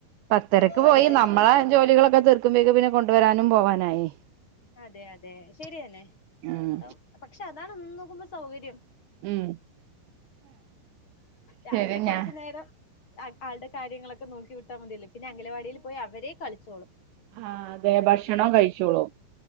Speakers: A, on the right; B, on the left.
A: പത്തരക്ക്
B: അടുത്തന്നെ
A: പോയി നമ്മളെ ജോലികളൊക്കെ തീർ ക്കുമ്പേക്കും പിന്നെ കൊണ്ടുവരാനും പോവാനായി.
B: അതെ അതെ ശരിയന്നെ
A: ഉം
B: അതാ പക്ഷേ അതാണ് ഒന്ന് നോക്കുമ്പോ സൗകര്യം.
A: ഉം
B: രാവിലെ
A: ശരി
B: കൊറച്ച്
A: ഞാ
B: നോരം ആൾ ആളുടെ കാര്യങ്ങളൊക്കെ നോക്കി വിട്ടാൽ മതിയല്ലോ പിന്നെ അംഗലവാടിയിൽ പോയി അവര് കളിച്ചോളും.
A: ആഹ് അതെ ഭക്ഷണം കഴിച്ചോളും.